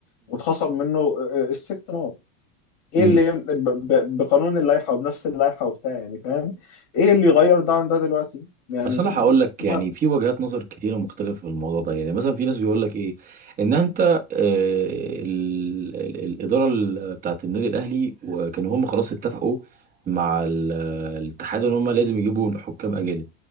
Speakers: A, on the left; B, on the right.
A: واتخصم منه آه، آه، الست نقط ايه
B: امم
A: اللي ب- ب- بقانون اللائحة وبنفس اللائحة وبتاع يعني فاهم ايه اللي يغير ده عن ده دلوقتي يعني
B: اصل انا هقول لك يعني
A: ما
B: في وجهات نظر كتيره مختلفه في الموضوع ده يعني مثلا في ناس بيقول لك ايه ان انت آه، ال- ال- الاداره ال- بتاعت النادي الاهلي وكانوا هم خلاص اتفقوا مع ال- الاتحاد ان هم لازم يجيبوا حكام اجانب